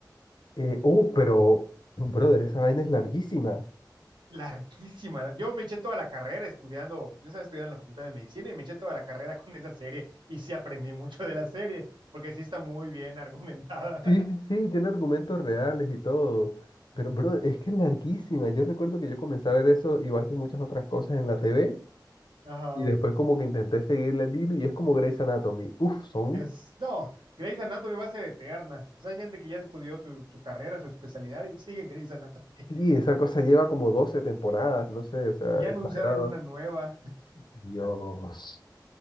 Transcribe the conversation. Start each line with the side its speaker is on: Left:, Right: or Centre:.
Left: Eh, uh, pero, brother, esa vaina es larguísima.
Right: Larguísima. Yo me eché toda la carrera estudiando. Yo estaba estudiando en la Facultad de Medicina y me eché toda la carrera con esa serie y sí aprendí mucho de la serie, porque sí está muy bien argumentada.
Left: Sí, sí, sí, tiene argumentos reales y todo. Pero,
Right: Ujú.
Left: bro, es que es larguísima. Yo recuerdo que yo comencé a ver eso igual que muchas otras cosas en la TV
Right: Ajá.
Left: y después como que intenté seguirle el hilo y es como Grey's Anatomy. Uf, son...
Right: Es, no, Grey's Anatomy va a ser eterna. O sea, hay gente que ya estudió su, su carrera, su especialidad y sigue Grey's Anatomy. <laughs>
Left: Sí, esa cosa lleva como 12 temporadas, no sé, o sea,
Right: Y ya
Left: exagerado.
Right: anunciaron una nueva.
Left: Dios.